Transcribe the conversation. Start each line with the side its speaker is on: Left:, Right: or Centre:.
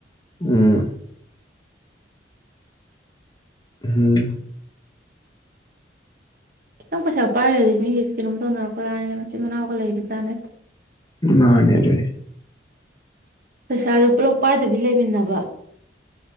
Left: ꯎꯝ ꯎꯝ
Right: ꯈꯤꯇꯪ ꯄꯩꯁꯥ ꯄꯥꯏꯔꯗꯤ ꯃꯤꯒꯤꯗꯤ ꯀꯩꯅꯣꯝ ꯇꯧꯅꯔꯛꯄ꯭ꯔꯥꯅꯤꯅ ꯃꯆꯤꯟ ꯃꯅꯥꯎꯒ ꯂꯩꯕꯖꯥ ꯅꯠꯇꯦ
Left: ꯃꯥꯅꯦ ꯑꯗꯨꯗꯤ
Right: ꯄꯩꯁꯥꯗꯣ ꯄꯨꯂꯞ ꯄꯥꯏꯗꯕꯤ ꯂꯩꯃꯤꯟꯅꯕ ꯋꯥ